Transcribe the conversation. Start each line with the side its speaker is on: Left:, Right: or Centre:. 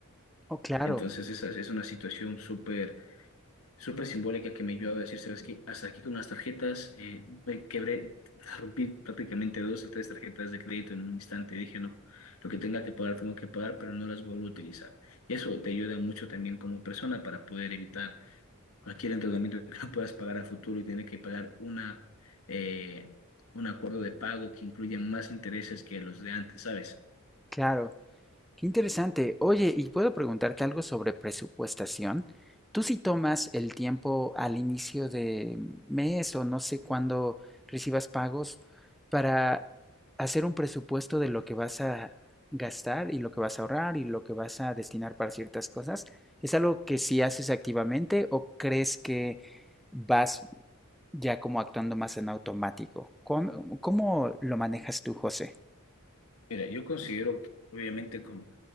Centre: Oh, claro,
Left: Entonces, esa es es una situación súper súper simbólica que me ayudó a decir, sabes que hasta aquí con las tarjetas, eh, me quebré, <laughs> rompí prácticamente dos o tres tarjetas de crédito en un instante. Dije, no, lo que tenga que pagar, tengo que pagar, pero no las vuelvo a utilizar. Y eso te ayuda mucho también como persona para poder evitar cualquier endeudamiento que <laughs> no puedas pagar a futuro y tener que pagar una, eh, un acuerdo de pago que incluya más intereses que los de antes, ¿sabes?
Centre: claro. Qué interesante. Oye, ¿y puedo preguntarte algo sobre presupuestación? ¿Tú si tomas el tiempo al inicio de mes o no sé cuándo recibas pagos para hacer un presupuesto de lo que vas a gastar y lo que vas a ahorrar y lo que vas a destinar para ciertas cosas? ¿Es algo que sí haces activamente o crees que vas ya como actuando más en automático? ¿Cómo, cómo lo manejas tú, José?
Left: Mira, yo considero, obviamente, con,